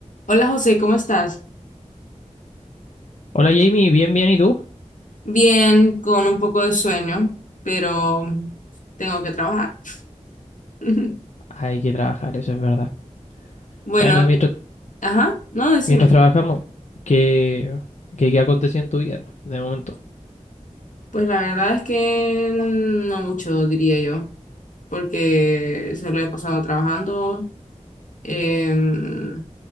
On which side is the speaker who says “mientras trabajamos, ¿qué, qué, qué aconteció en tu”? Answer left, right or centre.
Left